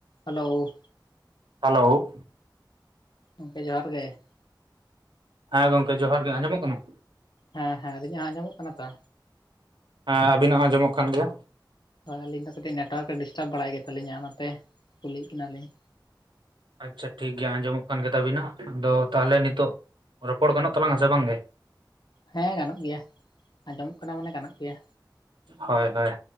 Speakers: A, on the left (about 70°); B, on the right (about 80°).
A: Hello,
B: hello,
A: ᱜᱚᱢᱠᱮ ᱡᱚᱦᱟᱨ ᱜᱮ ᱾
B: ᱦᱮᱸ ᱜᱚᱝᱠᱮ ᱡᱚᱦᱟᱨ ᱜᱮ ᱟᱸᱡᱚᱢᱚᱜ ᱠᱟᱱᱟ?
A: ᱦᱮᱸ ᱦᱮᱸ ᱟᱹᱞᱤᱧᱟᱜ ᱡᱚᱸ ᱟᱸᱡᱚᱢᱚᱜ ᱠᱟᱱᱟ ᱛᱚ?
B: ᱦᱮᱸ ᱟᱵᱤᱱᱟᱜ ᱦᱚᱸ ᱟᱸᱡᱚᱢᱚᱜ ᱠᱟᱱ ᱜᱮᱭᱟ᱾
A: ᱦᱳᱭ ᱟᱹᱞᱤᱧ ᱫᱚ ᱠᱟᱹᱴᱤᱡ ᱱᱮᱴᱣᱟᱨᱠ-ᱮ ᱰᱤᱥᱴᱟᱵᱽ ᱵᱟᱲᱟᱭ ᱜᱮ ᱛᱟᱞᱤᱧᱟ ᱚᱱᱟ ᱛᱮ ᱠᱩᱞᱤᱭᱮᱫ ᱠᱤᱱᱟᱞᱤᱧ?
B: ᱟᱪᱪᱷᱟ ᱴᱷᱤᱠ ᱜᱮᱭᱟ ᱟᱸᱡᱚᱢᱚᱜ ᱠᱟᱱ ᱜᱮ ᱛᱟᱵᱤᱱᱟ, ᱟᱫᱚ ᱛᱟᱦᱚᱞᱮ ᱱᱤᱛᱳᱜ ᱨᱚᱯᱚᱲ ᱜᱟᱱᱚᱜ ᱛᱟᱞᱟᱝᱟ ᱥᱮ ᱵᱟᱝ ᱜᱮ?
A: ᱦᱮᱸ ᱜᱟᱱᱚᱜ ᱜᱮᱭᱟ᱾ ᱟᱸᱡᱚᱢᱚᱜ ᱠᱟᱱᱟ ᱢᱟᱱᱮ ᱜᱟᱱᱚᱜ ᱯᱮᱭᱟ,
B: ᱦᱳᱭ ᱦᱳᱭ